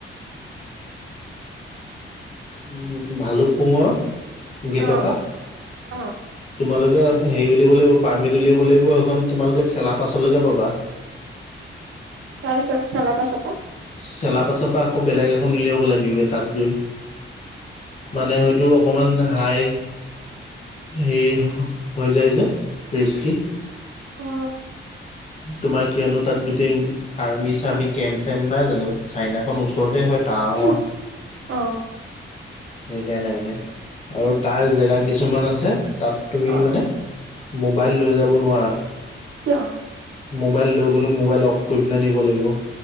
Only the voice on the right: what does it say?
অ
অ
তাৰ পিছত ছেলা পাছ পা?
অ
উমহ অ,
অ
কিয়।